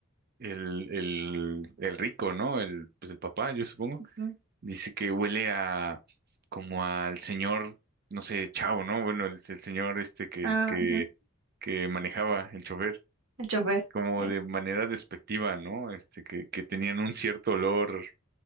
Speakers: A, on the right (about 45°); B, on the right (about 60°).
A: el, el, el rico, ¿no? El, pues el papá, yo supongo
B: Ujú.
A: Dice que huele a como al señor, no sé, Chao, ¿no? Bueno, el, el señor este que,
B: Ah,
A: que,
B: ujú.
A: que manejaba el chofer,
B: El chofer,
A: como
B: eh,
A: de manera despectiva, ¿no? Este, que, que tenían un cierto olor